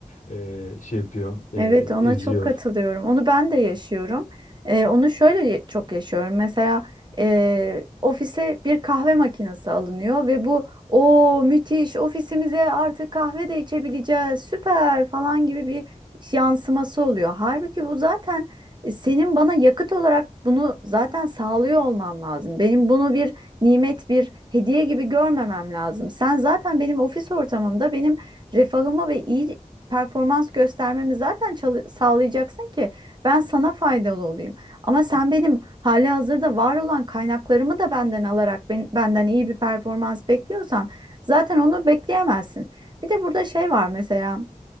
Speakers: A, on the left (about 65°); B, on the right (about 35°).
A: e, şey yapıyor, e,
B: Evet, ona
A: eziyor.
B: çok katılıyorum. Onu ben de yaşıyorum. Ee, onu şöyle ye- çok yaşıyorum. Mesela e, ofise bir kahve makinesi alınıyor ve bu o müthiş ofisimize artık kahve de içebileceğiz süper falan gibi bir yansıması oluyor. Halbuki bu zaten e, senin bana yakıt olarak bunu zaten sağlıyor olman lazım. Benim bunu bir nimet, bir hediye gibi görmemem lazım. Sen zaten benim ofis ortamımda benim refahımı ve iyi performans göstermemi zaten çalı- sağlayacaksın ki ben sana faydalı olayım. Ama sen benim hali hazırda var olan kaynaklarımı da benden alarak ben- benden iyi bir performans bekliyorsan zaten onu bekleyemezsin. Bir de burada şey var mesela